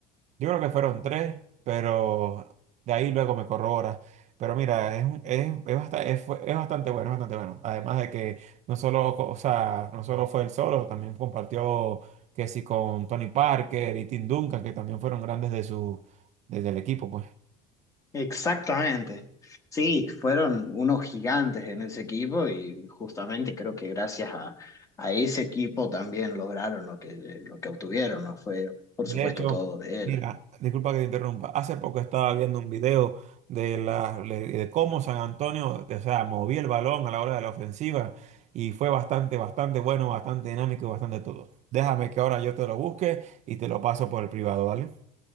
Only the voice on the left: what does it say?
Exactamente. Sí, fueron unos gigantes en ese equipo y justamente creo que gracias a, a ese equipo también lograron lo que, lo que obtuvieron, no fue por
supuesto
todo de
él.